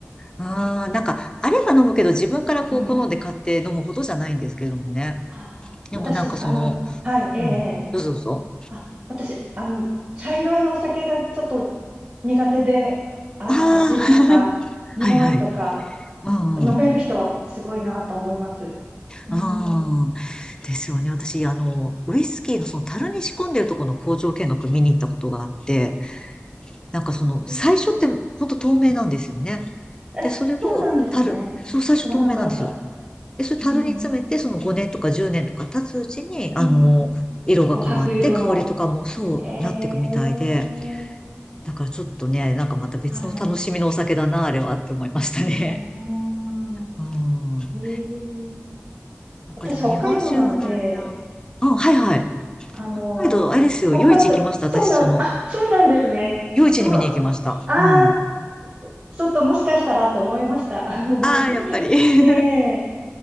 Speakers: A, on the left; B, on the right.
A: あーなんか、あれば飲むけど自分からこう好んで買って飲むほどじゃないんですけどもね。
B: うん。ああ、
A: でもなんかその、
B: 私、あの、はい、ええええ
A: うん。どうぞどうぞ。
B: あ、私、あの、茶色いお酒がちょっと苦手で、あの、
A: あ
B: 味とか、
A: あ、<laughs>
B: 匂いとか、
A: はいはい。うんうん。
B: 飲める人はすごいなと思います。うん。
A: うん。ですよね。私、あの、ウイスキーのその樽に仕込んでるところの工場見学見に行ったことがあって、なんかその、
B: えー、
A: 最初って本当透明なんですよね。
B: え、
A: で、それを樽、
B: そうなんですね。
A: そう、最初透明なんですよ。
B: 知らなかった。
A: で、それ樽に詰めて、
B: うん。
A: その5年とか10年とか経つうちに、あの、
B: うん。
A: 色が変わって、
B: 琥珀色の。
A: 香りとかもそうなっていくみたいで、
B: えー、
A: だからちょっとね、なんかまた別の楽しみのお酒だな、
B: はい。
A: あれはって思いましたね。
B: あー
A: うん。
B: えー、
A: そっか、
B: 私、
A: でも日本酒はないな。
B: 北海道なので、
A: うん、はいはい。
B: あのー北海道、
A: 北海道、あれですよ、夜市行きました、
B: そうなん、
A: 私、その、
B: あ、そうなんですね。
A: 夜市に見に行きました。
B: そう、ああ、
A: うん。
B: ちょっともしかしたらと思いました。
A: ああ、
B: <laughs>
A: やっぱり。<laughs>
B: ええ